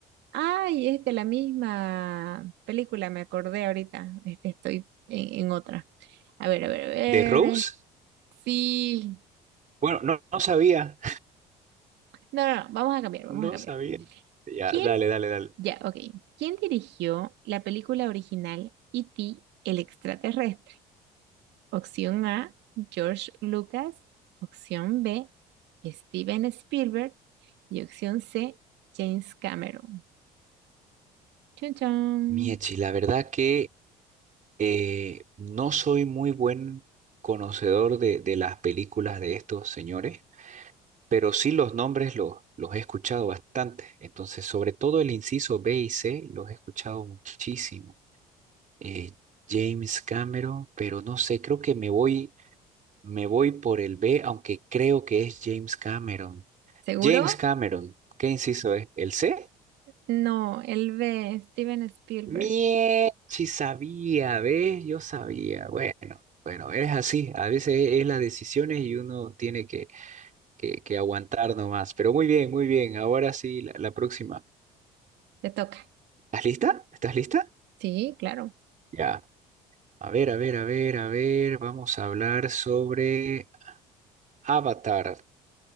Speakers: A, on the right; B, on the right.
A: Ay, es de la misma película, me acordé ahorita. Este, estoy en, en otra. A ver, a ver, a ver.
B: ¿de Rose?
A: eh, Sí.
B: Bueno, no, no sabía,
A: No, no, no, vamos a
B: <laughs>
A: cambiar, vamos
B: no
A: a cambiar.
B: sabía. Ya,
A: ¿Quién?
B: dale, dale, dale.
A: Ya, ok. ¿Quién dirigió la película original E.T. el extraterrestre? Opción A, George Lucas. Opción B, Steven Spielberg. Y opción C, James Cameron. Chun chun.
B: Miechi, la verdad que Eh, no soy muy buen conocedor de, de las películas de estos señores, pero sí los nombres los, los he escuchado bastante. Entonces, sobre todo el inciso B y C, los he escuchado muchísimo. Eh, James Cameron, pero no sé, creo que me voy, me voy por el B, aunque creo que es James Cameron.
A: ¿Seguro?
B: James Cameron, ¿qué inciso es? ¿El C?
A: No, el B, Steven Spielberg.
B: Mie, si sabía, ¿ves? Yo sabía. Bueno, bueno, es así. A veces es las decisiones y uno tiene que, que, que aguantar nomás. Pero muy bien, muy bien. Ahora sí, la, la próxima.
A: Te toca.
B: ¿Estás lista? ¿Estás lista?
A: Sí, claro.
B: Ya. A ver, a ver, a ver, a ver. Vamos a hablar sobre Avatar.